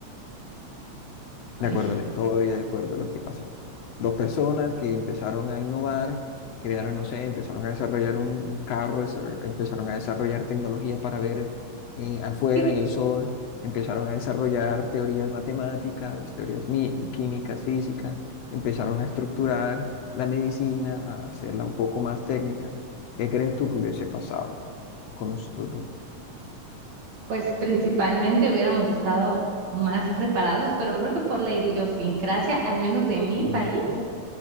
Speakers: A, on the left; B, on the right.
A: de
B: Ay,
A: acuerdo a la historia, de acuerdo a lo que pasó. Dos personas que empezaron a innovar, crearon, no sé, empezaron a desarrollar un un carro, desarroll- empezaron a desarrollar tecnología para ver eh, afuera
B: y
A: en el sol, empezaron a desarrollar teorías matemáticas, teorías mi- químicas, físicas, empezaron a estructurar la medicina, a hacerla un poco más técnica. ¿Qué crees tú que hubiese pasado con nosotros dos?
B: pues principalmente hubiéramos estado más preparados, pero creo que por la idiosincrasia, al menos de mi
A: Mm,
B: país,